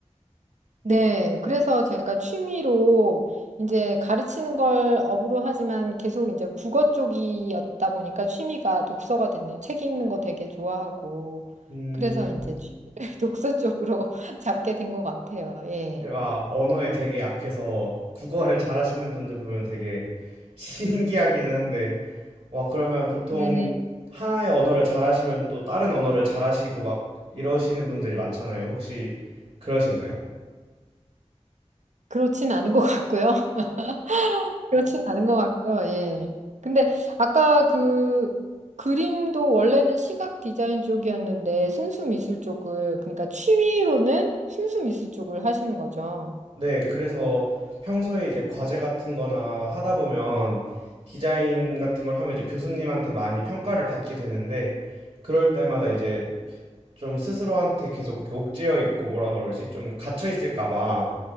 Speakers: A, on the right; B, on the right.
A: 네, 그래서 제가 취미로 이제 가르치는 걸 업으로 하지만 계속 이제 국어 쪽이었다 보니까 취미가 독서가 됐네요. 책 읽는 거 되게 좋아하고.
B: 음,
A: 그래서 이제 취미를 <laughs> 독서 쪽으로 <laughs> 잡게 된 것 같아요. 예.
B: 제가 언어에 되게 약해서 국어를 잘하시는 분들 보면 되게 <laughs> 신기하기는 한데, 와, 그러면 보통
A: 네,
B: 하나의 언어를 잘하시면 또 다른 언어를 잘하시고 막 이러시는 분들이 많잖아요. 혹시 그러신가요?
A: 그렇진 않은 것 같고요. <laughs> 그렇진 않은 것 같고요. 예. 근데 아까 그 그림도 원래는 시각 디자인 쪽이었는데 순수 미술 쪽을, 그러니까 취미로는 순수 미술 쪽을 하시는 거죠.
B: 네, 그래서 평소에 이제 과제 같은 거나 하다 보면 디자인 같은 걸 하면 이제 교수님한테 많이 평가를 받게 되는데, 그럴 때마다 이제 좀 스스로한테 계속 옥죄어 있고 뭐라 그러지? 좀 갇혀 있을까봐